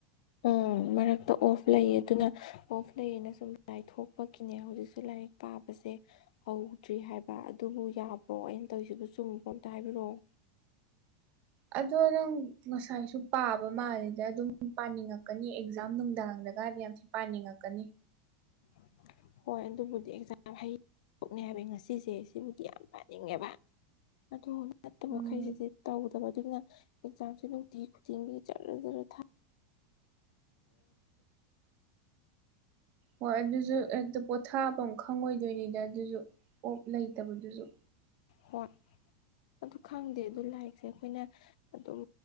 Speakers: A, on the left; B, on the right.
A: ꯎꯝ ꯃꯔꯛꯇ ꯑꯣꯐ ꯂꯩꯌꯦ ꯑꯗꯨꯅ ꯑꯣꯐ ꯂꯩꯌꯦꯅ ꯁꯨꯝ ꯂꯥꯏꯔꯤꯛ ꯊꯣꯛꯄꯒꯤꯅꯦ ꯍꯧꯖꯤꯛꯁꯨ ꯂꯥꯏꯔꯤꯛ ꯄꯥꯕꯁꯦ ꯍꯧꯗ꯭ꯔꯤ ꯍꯥꯏꯕ ꯑꯗꯨꯕꯨ ꯌꯥꯕ꯭ꯔꯣ ꯑꯩꯅ ꯇꯧꯔꯤꯁꯤꯕꯨ ꯆꯨꯝꯕꯕ꯭ꯔꯣ ꯑꯝꯇ ꯍꯥꯏꯕꯤꯔꯛꯑꯣ
B: ꯑꯗꯣ ꯅꯪ ꯉꯁꯥꯏꯁꯨ ꯄꯥꯕ ꯃꯥꯜꯂꯤꯗ ꯑꯗꯨꯝ ꯄꯥꯅꯤꯡꯉꯛꯀꯅꯤ ꯑꯦꯛꯖꯥꯝ ꯅꯨꯡꯗꯥꯡꯗꯒꯗꯤ ꯌꯥꯝ ꯄꯥꯅꯤꯡꯉꯛꯀꯅꯤ
A: <inaudible> ꯍꯣꯏ ꯑꯗꯨꯕꯨꯗꯤ ꯑꯦꯛꯖꯥꯝ ꯍꯩꯡꯣꯛꯅꯦ ꯍꯥꯏꯕ ꯉꯁꯤꯁꯦ ꯁꯤꯕꯨꯗꯤ ꯌꯥꯝ ꯄꯥꯅꯤꯡꯉꯦꯕ ꯑꯗꯨ ꯅꯠꯇꯕ
B: ꯎꯝ
A: ꯃꯈꯩꯁꯤꯗꯤ ꯇꯧꯗꯕ ꯑꯗꯨꯅ ꯑꯦꯛꯖꯥꯝꯁꯦ ꯅꯨꯡꯇꯤ ꯈꯨꯗꯤꯡꯒꯤ ꯖꯔ ꯖꯔ ꯊꯥ
B: ꯍꯣꯏ ꯑꯗꯨꯁꯨ ꯍꯦꯛꯇ ꯄꯣꯊꯥꯕ ꯑꯃ ꯈꯪꯉꯣꯏꯗꯣꯏꯅꯤꯗ ꯑꯗꯨꯁꯨ ꯑꯣꯞ ꯂꯩꯇꯕꯗꯨꯁꯨ
A: ꯍꯣꯢ ꯑꯗꯨ ꯈꯪꯗꯦ ꯑꯗꯨ ꯂꯥꯏꯔꯤꯛꯁꯦ ꯑꯩꯈꯣꯏꯅ ꯑꯗꯨꯝ